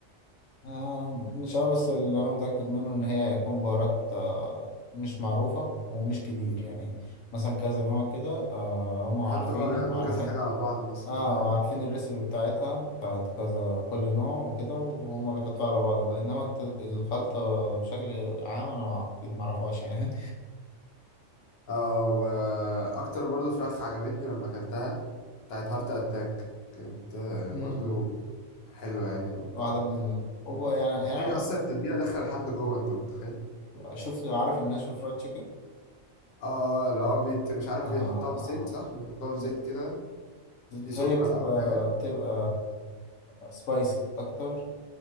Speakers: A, on the left; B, on the left.
A: آه، مش أوي بس اللي أنا متأكد منه إن هي هيكون بهارات آه، مش معروفة ومش كتير يعني مثلا كذا نوع كده آه، هم عارفينه
B: بيحطوا اه بيحطوا
A: وعارفين
B: كذا حاجه على بعض مثلا
A: اه وعارفين الريسيبي بتاعتها بتاعت كذا كل نوع وكده وهم بيحطوها على بعض إنما الت- الخلطة بشكل عام أنا أكيد معرفهاش يعني
B: اه واكتر برضو فراخ عجبتني لما اكلتها بتاعت هارت اتاك كانت آه،
A: <laughs> مم.
B: برضو حلوة يعني و-
A: واحدة
B: وبت-
A: من وبقى يعني
B: بتلاقي
A: يعني
B: اصلا التتبيلة داخلة لحد جوه انت متخيل
A: أنا شوف عارف الناشف فرايد تشيكن
B: اه اللي هو بيت مش عارف
A: آه
B: بيحطها في زيت صح بيحطها في
A: ب-
B: زيت كده في
A: هي
B: سكر
A: بتبقى
B: او حاجة
A: بتبقى سبايسي أكتر